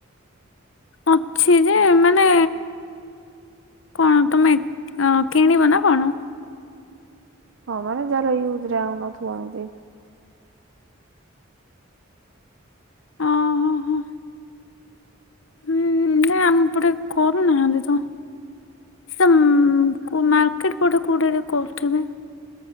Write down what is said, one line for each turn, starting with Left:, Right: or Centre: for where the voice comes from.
Left: ଅଛି ଯେ ମାନେ କଁ ତମେ ଅ କିଣିବ ନା କଣ?
Right: ହଁ ଯାର ୟୁଜ ରେ ଆମ ଥୁଅନ୍ତି।
Left: ଓ ହୋ ହୋ। ହୁଁ ନା ଆମ ପଟେ କରୁନି ଆମେ ତ। ସେମ କୋଉ ମାର୍କେଟ ପେଟେ କୋଉଟାରେ କରୁଠିବେ।